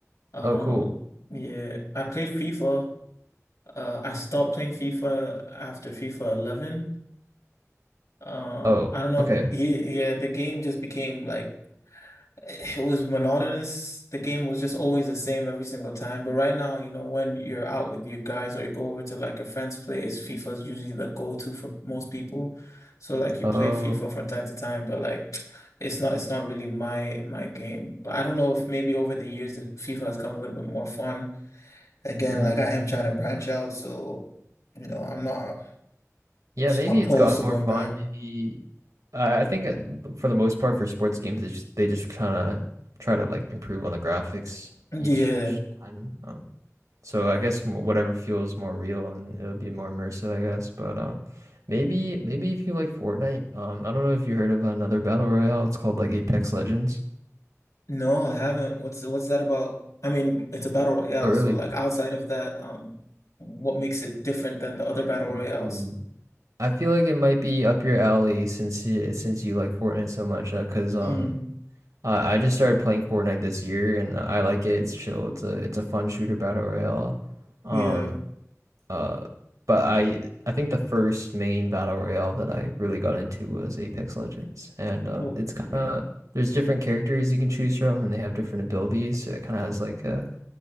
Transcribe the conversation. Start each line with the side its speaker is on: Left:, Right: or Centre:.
Left: Um,
Right: Oh, cool.
Left: yeah, I played FIFA. Uh, I stopped playing FIFA after FIFA 11. Um,
Right: Oh,
Left: I don't know.
Right: okay.
Left: He, yeah, the game just became like it was monotonous. The game was just always the same every single time. But right now, you know, when you're out with your guys or you go over to like a friend's place, FIFA is usually the go-to for most people. So like you
Right: Oh.
Left: play FIFA from time to time, but like it's not it's not really my my game. But I don't know if maybe over the years that FIFA has come a little bit more fun. Again,
Right: hmm
Left: like I am trying to branch out, so you know, I'm not
Right: Yeah, maybe
Left: opposed
Right: it's got
Left: to
Right: more
Left: going
Right: fun.
Left: back.
Right: Maybe I I think uh, for the most part for sports games, they just, they just kind of try to like improve on the graphics
Left: Yeah.
Right: each each time. Um, so
Left: Yeah.
Right: I guess m- whatever feels more real and it'll be more immersive, I guess. But uh, maybe maybe if you like Fortnite, um, I don't know if you heard of another battle royale. It's called like Apex Legends.
Left: No, I haven't. What's what's that about? I mean, it's a battle royale,
Right: Oh, really?
Left: so like outside of that, um, what makes it different than the other battle
Right: Mm.
Left: royales?
Right: I feel like it might be up your alley since you, since you like Fortnite so much, uh, 'cause um
Left: Mm,
Right: Uh, I just started playing Fortnite this year and I like it. It's chill. It's a it's a fun shooter battle royale. Um
Left: yeah.
Right: uh but I I think the first main battle royale that I really got into was Apex Legends. And um
Left: Okay.
Right: it's kind of there's different characters you can choose from and they have different abilities. So it kind of has like uh